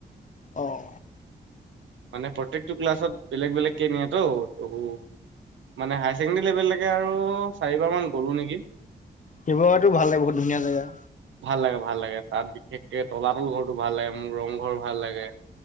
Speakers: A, on the left (about 40°); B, on the right (about 90°).
A: অঁ
B: মানে প্ৰত্যেকটো ক্লাছত বেলেগ বেলেগ কে নিয়া তো তহু। মানে হায়াৰ ছেকেণ্ডেৰী লেভেললৈকে আৰু চাৰিবাৰমান গ'লোঁ নেকি।
A: শিৱসাগৰটো ভাল লাগে বহুত ধুনীয়া জেগা।
B: ভাল লাগে -ভাল লাগে তাত বিশেষকে তলাতল ঘৰটো ভাল লাগে মোৰ ৰংঘৰ ভাল লাগে।